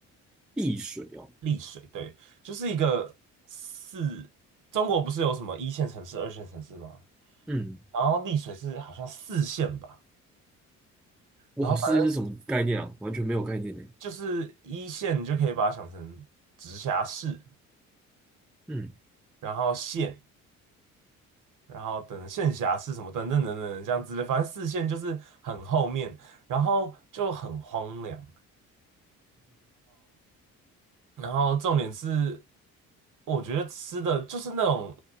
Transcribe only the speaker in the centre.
避水哦。
嗯，
哇，
世界是什么概念啊？完全没有概念呢。
嗯，